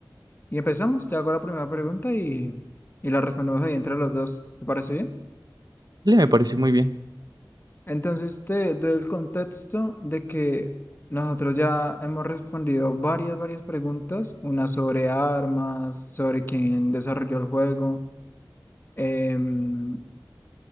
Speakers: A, on the left (about 30°); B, on the right (about 60°).
A: y empezamos. Te hago la primera pregunta y, y la respondemos ahí entre los dos. ¿Te parece bien?
B: Dale, me parece muy bien.
A: Entonces, te doy el contexto de que nosotros ya hemos respondido varias, varias preguntas, una sobre armas, sobre quién desarrolló el juego. em,